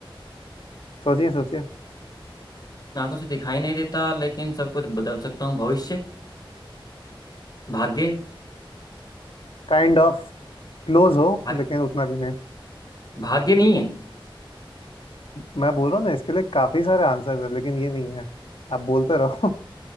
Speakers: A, on the left; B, on the left.
A: सोचिए सोचिए
B: आंखों से दिखाई नहीं देता लेकिन सब कुछ बदल सकता हूँ भविष्य भाग्य
A: काइंड ऑफ क्लोज हो
B: भाग,
A: लेकिन उतना भी नहीं
B: भाग्य नहीं है
A: मैं बोल रहा हूँ ना इसके लिए काफी सारे आंसर्स हैं लेकिन ये नहीं है आप बोलते रहो